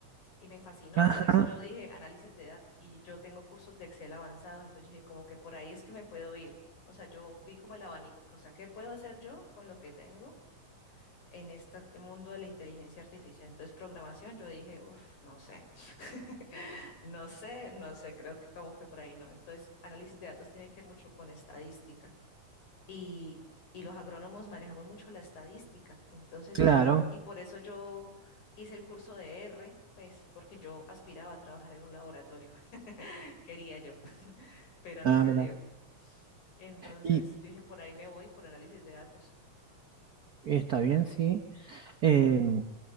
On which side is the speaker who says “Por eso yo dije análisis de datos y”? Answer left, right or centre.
Left